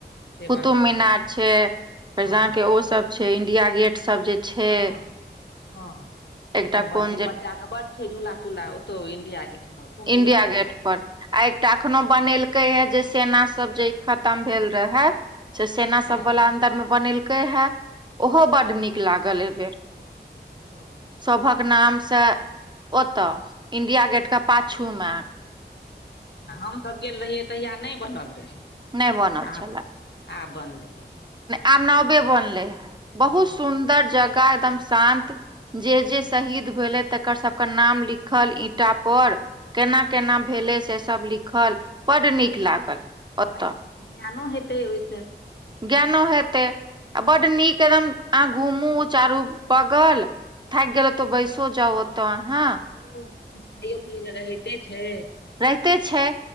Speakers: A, on the left; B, on the right.
A: से बड़
B: कुतुब
A: बढ़िआँ
B: मीनार छै फेर
A: हँ
B: जहाँके ओ सब छै इंडिया गेट सब जे छै
A: हँ हँ-
B: एकटा
A: ओतौ बड़ड
B: कोन
A: नीक
B: जे
A: बच्चा के बड छै झूला- तूला ओतौ इंडिया गेट मे खूब
B: इंडिया
A: मोन लागल
B: गेट
A: हे-
B: पर आ एकटा एखनो बनेल के यै जे सेना सब जे खतम भेल रह है से सेना
A: अच्छा
B: सब बला मे बनेलकै हे ओहो बड नीक लागल एहि बेेर।
A: ह हँ।
B: सभक नाम से ओतऽ इंडिया गेट के पाछू में।
A: हमसभ गेल रहियै तहिया नहि बनल रहै।
B: नहि बनल
A: आब
B: छलए।
A: आब बनलैे।
B: आब नवे बनले है
A: हँ
B: बहुत सुंन्दर जगह एकदम शान्त। जे जे शहीद भेलै तकर सबके नाम लिखल ईंटा पर केना
A: हँ
B: केना भेलै से सभ लिखल बड नीक लागल। ओतऽ
A: बच्चा सभके ज्ञानो हेतै ओहिसँ।
B: ज्ञानो हेतै आ बड
A: नीके
B: नीक
A: कहलियै,
B: एकदम आहाँ घूमू चारू बगल थैक गेलल तऽ बैइसु जाउ ओतऽ अहाँ।
A: ओ खाइयो पियै लऽ रहते छैय
B: रहिते छै